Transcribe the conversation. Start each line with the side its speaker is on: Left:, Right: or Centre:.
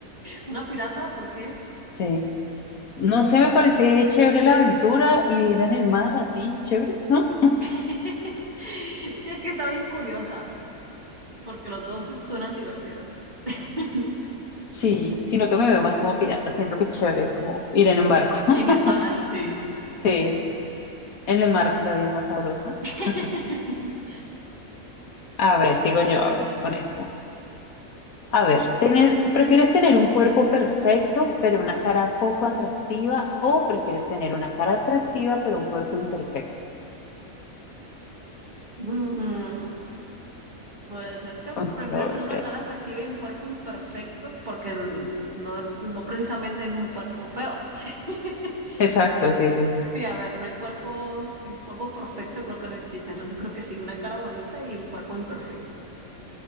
Right: ¿Una pirata? ¿Por qué?
Left: sí. No sé, me parece chévere la aventura y ir en el mar así, chévere, ¿no?
Right: <laughs> Sí, es que está bien curiosa, porque los dos suenan divertidos. <laughs>
Left: Sí, sino que me veo más como pirata, siento que es chévere como ir en un barco. <laughs>
Right: En el mar, sí.
Left: Sí, en el mar la vida es más sabrosa.
Right: <laughs>
Left: <laughs> A ver, sigo yo, a ver, con esta. A ver, tener, ¿prefieres tener un cuerpo perfecto pero una cara poco atractiva o prefieres tener una cara atractiva pero un cuerpo imperfecto?
Right: Mm, pues es que
Left: Controversial.
Right: prefiero tener una cara atractiva y un cuerpo imperfecto porque n- no, no precisamente es un cuerpo feo. <laughs>
Left: Exacto, sí, sí, sí.
Right: Sí, a ver, no hay cuerpo el cuerpo perfecto creo que no existe, entonces creo que sí, una cara bonita y un cuerpo imperfecto.